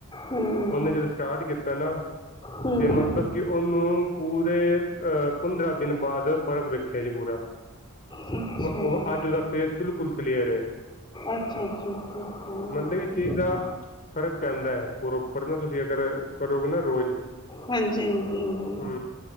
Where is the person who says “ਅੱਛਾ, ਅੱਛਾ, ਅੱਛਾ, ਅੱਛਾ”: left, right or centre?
Left